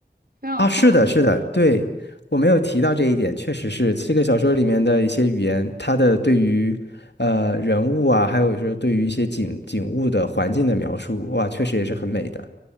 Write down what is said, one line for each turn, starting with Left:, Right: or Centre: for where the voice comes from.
Right: 非常有画。
Left: 啊，是的，是的，对，我没有提到这一点，确实是这个小说里面的一些语言，它的对于呃人物啊，还有说对于一些景景物的环境的描述，哇，确实也是很美的，